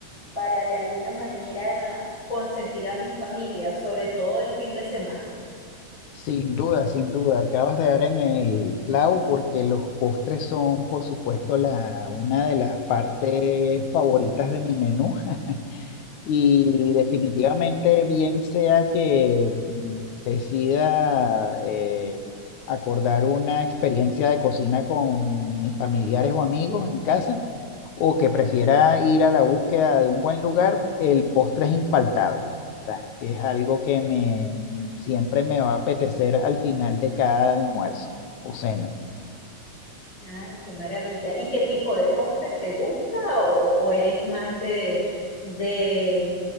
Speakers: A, on the left; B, on the left.
A: para de alguna manera consentir a mi familia, sobre todo el fin de semana.
B: Sin duda, sin duda, acabas de dar en el clavo porque los postres son, por supuesto, la, una de las partes favoritas de mi menú. Y definitivamente, bien sea que mm, decida eh, acordar una experiencia de cocina con mis familiares o amigos en casa, o que prefiera ir a la búsqueda de un buen lugar, el postre es infaltable, ¿verdad? Que es algo que me siempre me va a apetecer al final de cada almuerzo o cena.
A: Ah, qué maravilla. ¿Y qué tipo de postres te gusta o, o eres más de, de